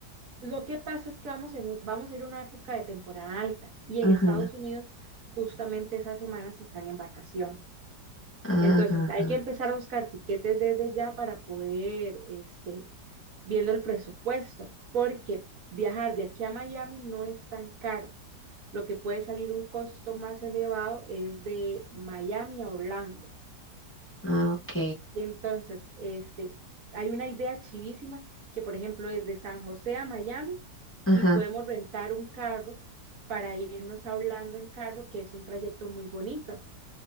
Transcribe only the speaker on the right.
lo que pasa es que vamos, en- vamos a ir a una época de temporada alta y en
Estados Unidos justamente esas semanas están en vacaciones.
Entonces,
hay que empezar a buscar tiquetes desde ya para poder, este, viendo el presupuesto, porque viajar de aquí a Miami no es tan caro. Lo que puede salir un costo más elevado es de Miami a Orlando.
Entonces, este, hay una idea chivísima que, por ejemplo, es de San José a Miami
y podemos rentar un carro para irnos a Orlando en carro, que es un trayecto muy bonito.